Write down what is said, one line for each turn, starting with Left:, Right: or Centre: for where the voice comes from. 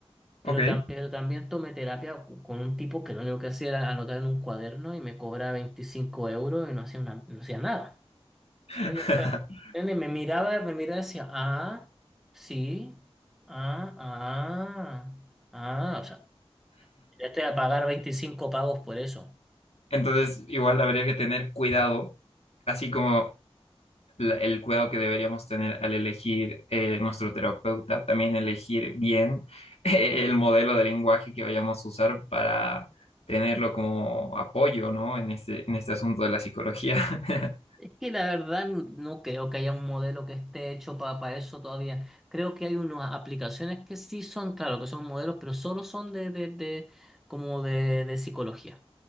Centre: pero,
Left: Ok.
Centre: tam- pero también tomé terapia cu- con un tipo que lo único que hacía era anotar en un cuaderno y me cobraba 25 euros y no hacía, una- no hacía nada.
Left: <laughs>
Centre: ¿Entiendes? O sea, ¿entiendes? me miraba, me miraba y decía, ah, sí, ah, ah, ah, o sea, ya estoy a pagar 25 pagos por eso.
Left: Entonces, igual habría que tener cuidado, así como la- el cuidado que deberíamos tener al elegir eh, nuestro terapeuta, también elegir bien <laughs> el modelo de lenguaje que vayamos a usar para tenerlo como apoyo, ¿no? En este, en este asunto de la psicología. <laughs>
Centre: Es que la verdad no creo que haya un modelo que esté hecho para, eso todavía. Creo que hay unas aplicaciones que sí son, claro, que son modelos, pero solo son de, de, de- como de, de psicología.